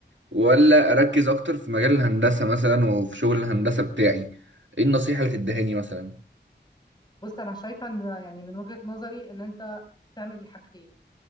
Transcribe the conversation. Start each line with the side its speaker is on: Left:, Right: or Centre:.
Right: ولا اركز اكتر في مجال الهندسة مثلا وفي شغل الهندسة بتاعي ايه النصيحة اللي تدهاني مثلا
Left: بص انا شايفه ان يعني من وجهه نظري ان انت تعمل الحاجتين